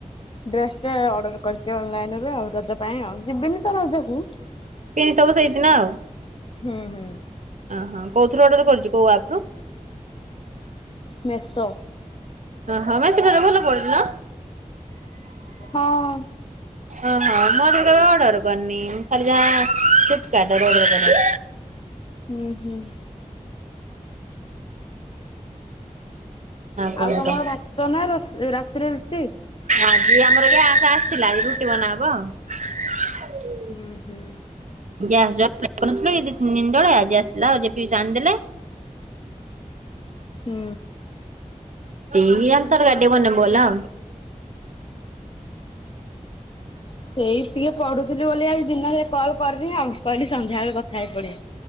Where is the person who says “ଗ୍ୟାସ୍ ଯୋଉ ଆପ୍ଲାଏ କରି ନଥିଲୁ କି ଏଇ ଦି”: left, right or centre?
Right